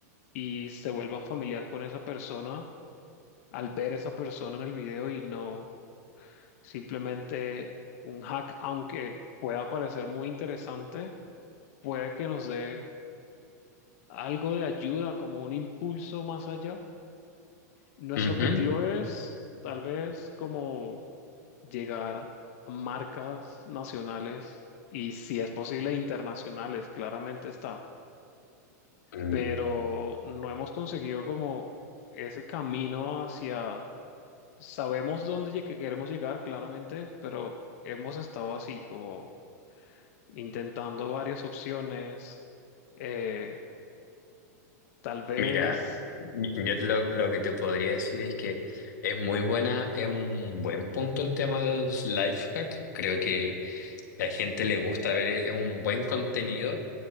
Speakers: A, on the left; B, on the left.
A: y se vuelvan familiar con esa persona al ver esa persona en el video y no simplemente un hack, aunque pueda parecer muy interesante, puede que nos dé algo de ayuda, como un impulso más allá Nuestro
B: Ujú.
A: objetivo es tal vez como llegar a marcas nacionales y si es posible internacionales, claramente está,
B: Mm.
A: pero no hemos conseguido como ese camino hacia, sabemos dónde lleg- queremos llegar claramente, pero hemos estado así como intentando varias opciones, eh, tal vez,
B: Mira, yo te lo, lo que te podría decir es que es muy buena, es un buen punto el tema de los life hack. Creo que la gente le gusta ver eh, un buen contenido.